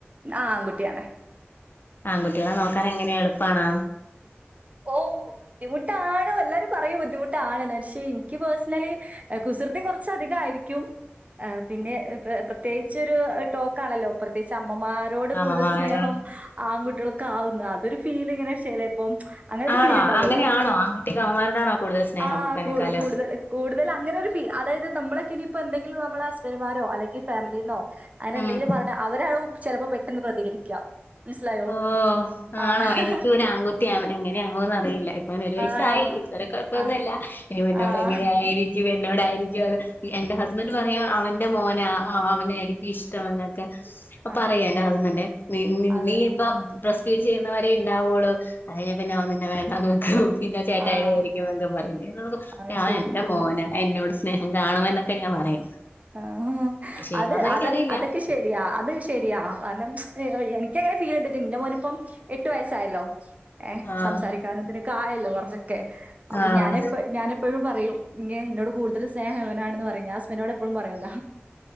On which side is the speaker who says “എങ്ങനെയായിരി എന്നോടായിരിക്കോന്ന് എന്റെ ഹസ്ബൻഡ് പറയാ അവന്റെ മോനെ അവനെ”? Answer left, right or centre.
Left